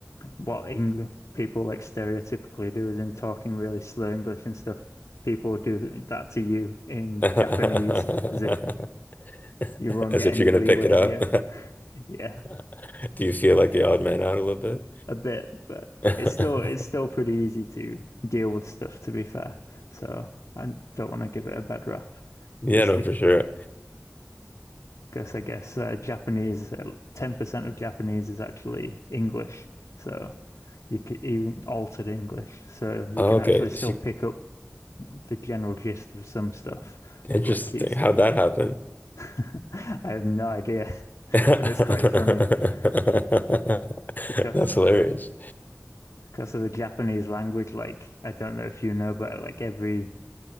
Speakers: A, on the left (about 80°); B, on the left (about 35°).
A: what Eng people like stereotypically do as in talking really slow English and stuff. People do that to you in
B: <laughs>
A: Japanese as if You won't
B: As
A: get
B: if
A: any
B: you're gonna
A: leeway
B: pick it up.
A: here. Yeah,
B: <laughs> Do you feel like the odd man out a little bit?
A: a bit, but
B: <laughs>
A: it's still it's still pretty easy to deal with stuff, to be fair. So I don't want to give it a bad rap.
B: Yeah,
A: Just
B: no,
A: the,
B: for sure.
A: because I guess uh, Japanese, uh, 10% of Japanese is actually English. So you can even altered English. So you
B: Oh,
A: can
B: okay,
A: actually still
B: she,
A: pick up the general gist of some stuff,
B: interesting.
A: of like key stuff.
B: How'd that happen?
A: <laughs> I have no idea, <laughs>
B: <laughs> That's
A: but it's quite funny. be- Because
B: hilarious.
A: Because of the Japanese language, like I don't know if you know, but like every